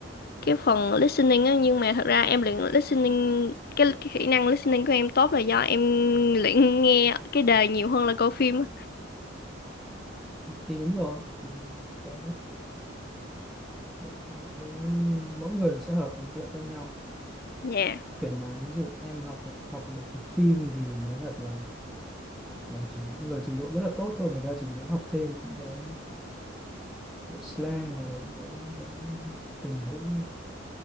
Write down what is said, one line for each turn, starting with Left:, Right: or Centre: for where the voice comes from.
Left: cái phần listening á nhưng mà thật ra em luyện listening cái, cái kỹ năng listening của em tốt là do em luyện nghe cái đề nhiều hơn là coi phim á
Centre: thì đúng rồi thì cái, cái, cái, cái, mỗi người sẽ hợp với một loại khác nhau
Left: dạ
Centre: kể mà ví dụ em học được học được từ phim thì nó thật là là chỉ những người trình độ rất là tốt thôi người ta chỉ muốn học thêm những cái slang hoặc là những cái, cái tình huống